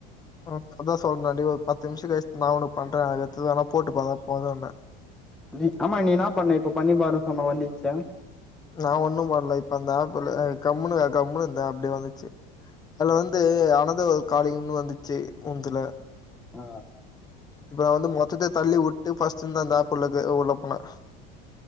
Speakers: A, on the left; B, in the centre.
A: ஆ அதா சொன்ன ஒரு பத்து நிமிஷம் களிச்சி நா ஓனக்கு பண்றே அடுத்து வேணா போட்டுப்பாத்தா போதும்ன்னு
B: நீ ஆமா நீ என்னா பண்ணு இப்ப பண்ணி பாரு சொன்ன வந்துச்ச
A: நா ஒண்ணும் பண்ல இப்ப அந்த ஆப்ல கம்முனு கம்முனு இருந்தே அப்டியே வந்துச்சு அதுல வந்து அனதர் ஒன் காலிங் ஒண்ணு வந்துச்சு உந்துல
B: ஆ
A: இப்ப நா வந்து மொத்தத தள்ளி வுட்டு ஃபஸ்ட் இந்த அந்த ஆப் உள்ள போனே